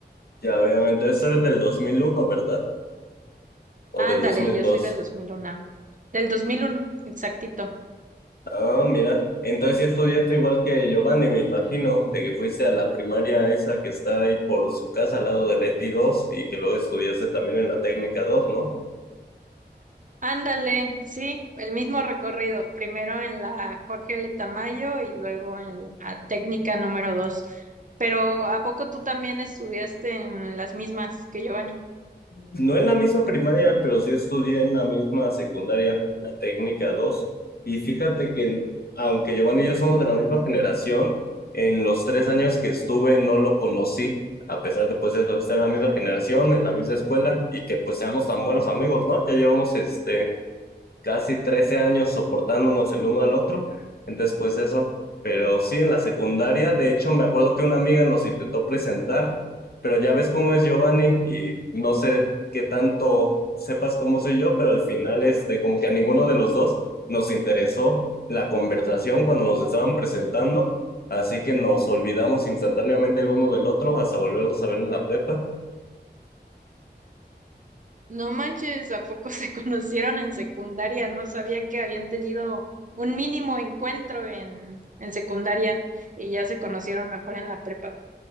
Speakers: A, on the left (about 60°); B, on the right (about 45°).
A: ya veo, entonces
B: Es.
A: eres del 2001, ¿verdad? O
B: Ándale,
A: del dos mil
B: yo
A: dos.
B: soy del 2001. Del 2001, exactito.
A: Ah, mira. Entonces sí estudiaste igual que Giovanni, me imagino, de que fuiste a la primaria esa que está ahí por su casa al lado de la ETI dos y que luego estudiaste también en la técnica dos, ¿no?
B: Ándale, sí, el mismo recorrido, primero en la Jorge L. Tamayo y luego en la técnica número dos. Pero ¿a poco tú también estudiaste en las mismas que Giovanni?
A: No en la misma primaria, pero sí estudié en la misma secundaria, la técnica dos. Y fíjate que, aunque Giovanni y yo somos de la misma generación, en los tres años que estuve no lo conocí, a pesar de pues de estar en la misma generación, en la misma escuela y que pues seamos tan buenos amigos, ¿no? Ya llevamos este casi 13 años soportándonos el uno al otro. Entonces, pues eso. Pero sí, en la secundaria, de hecho, me acuerdo que una amiga nos intentó presentar, pero ya ves cómo es Giovanni y no sé qué tanto sepas cómo soy yo, pero al final, este, como que a ninguno de los dos nos interesó la conversación cuando nos estaban presentando, así que nos olvidamos instantáneamente el uno del otro hasta volvernos a ver en la prepa
B: No manches, ¿a poco se <laughs> conocieron en secundaria? No sabía que habían tenido un mínimo encuentro en, en secundaria y ya se conocieron mejor en la prepa.